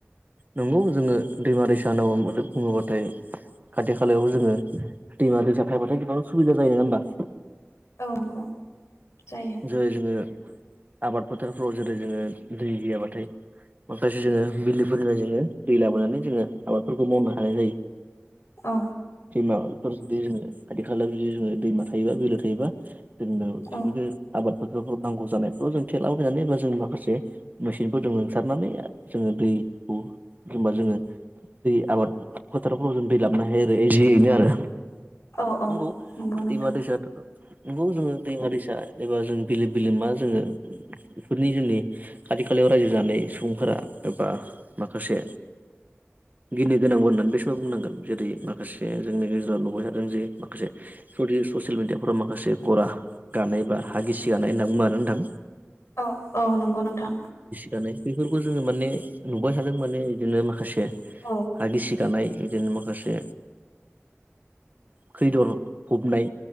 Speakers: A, on the right (about 35°); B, on the left (about 75°).
A: नंगौ जोङो दैमा दैसा होननानै बुङोब्लाथाय खाथि खालायाव जोङो दैमा दैसा थायबाथाय गोबां सुबिदा जायो नङा होमबा
B: औ नंगौ जायो
A: जेरै जोङो आबाद फोथारफ्राव जेरै जोङो दै गैयाब्लाथाय माखासे जोङो बिलोफोरनिफ्राय जोङो दै लाबोनानै जोङो आबादफोरखौ मावनो हानाय जायो
B: औ
A: दैमाफोर जुदि जोङो खाथि खालायाव जुदि जोङो दैमा थायोबा बिलो थायोबा जोंनो
B: औ
A: बे आबाद नांगौ जानायफ्राव जों थेलाबायनानैबा जों माखासे मेसिनफोरदों लोंसारनानै जोङो दैखौ एखबा जोङो दै आबाद फोथारफोराव जों दै लाबोननो हायो आरो इ जियैनो आरो
B: औ औ
A: नंगौ
B: नोंथां
A: दैमा दैसा नंगौ जोङो दैमा दैसा एबा जों बिलो बिलो मा जोङो बेफोरनि जोंनि खाथि खालायाव रायजो जानाय सुबुंफोरा एबा माखासे गिनो गोनांबो होननानै बे समाव बुंनांगोन जेरै माखासे जोंनि गेजेराव नुबाय थादों जे माखासे जुदि ससियेल मिडियाफोराव माखासे गरा गानाय बा हा गिसि गानाय होनना बुंङो ना ओनथां
B: औ औ नंगौ नोंथां
A: गानाय बेफोरखौ जोङो माने नुबाय थादों माने बिदिनो माखासे
B: औ
A: हा गिसि गानाय बिदिनो माखासे खैदर फबनाय